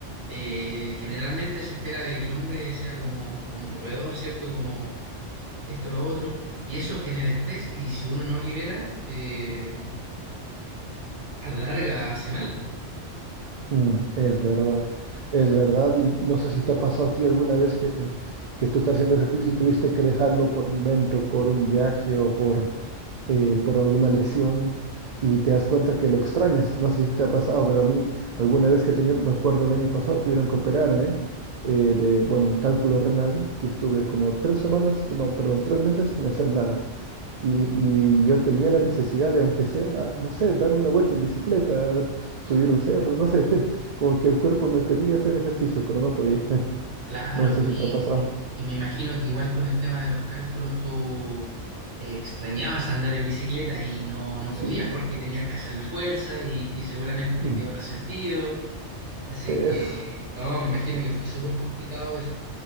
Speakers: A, on the right (about 70°); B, on the right (about 85°).
A: eh, generalmente se espera de que el hombre sea como, como proveedor, ¿cierto? Como esto, lo otro, y eso genera estrés y si uno no libera, eh, a la larga hace mal, pues.
B: mm, es verdad, es verdad, y no sé si te ha pasado a ti alguna vez que, que tú estás haciendo ejercicio y tuviste que dejarlo por un evento, por un viaje o por eh, por alguna lesión y te das cuenta que lo extrañas. No sé si te ha pasado, pero a mí alguna vez que he tenido, me acuerdo el año pasado, tuvieron que operarme eh, de, bueno, un cálculo renal y estuve como tres semanas, no, perdón, tres meses sin hacer nada. Y, y yo tenía la necesidad de, aunque sea, no sé, dar una vuelta en bicicleta, subir un cerro, no sé, <laughs> como que el cuerpo me pedía hacer ejercicio, pero no podía. <laughs>
A: Claro,
B: No sé
A: po,
B: si
A: y,
B: te ha pasado.
A: y- y me imagino que igual con el tema de los cálculos tú eh, extrañabas andar en bicicleta y no, no
B: Sí.
A: podías porque tenías que hacer la fuerza y, y seguramente te
B: Mm.
A: quedó resentido, así
B: Eso.
A: que no, me imagino que fue súper complicado